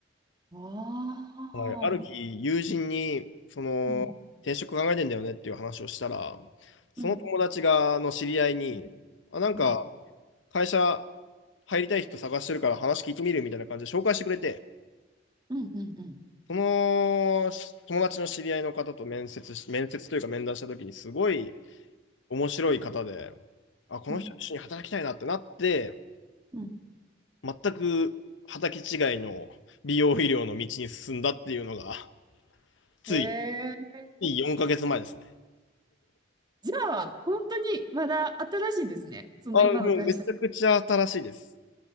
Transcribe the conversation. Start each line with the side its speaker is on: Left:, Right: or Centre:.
Right: ああ。
Left: はい、ある日、友人に、その、
Right: うん
Left: 転職考えてんだよねっていう話をしたら、その友達が、
Right: うん
Left: の知り合いに、
Right: うん
Left: あ、なんか、
Right: うん
Left: 会社入りたい人探してるから話聞いてみるみたいな感じで紹介してくれて、
Right: うんうんうん
Left: そのし友達の知り合いの方と面接し、面接というか面談した時にすごい面白い方で、あ、この人と一緒に働きたいなってなって、
Right: うんうんうん
Left: 全く畑違いの美容医療の道に進んだっていうのが、つい、
Right: へえ。
Left: つい4ヶ月前ですね。
Right: じゃあ、本当にまだ新しいんですね。その今の会社。
Left: あ、もうめちゃくちゃ新しいです。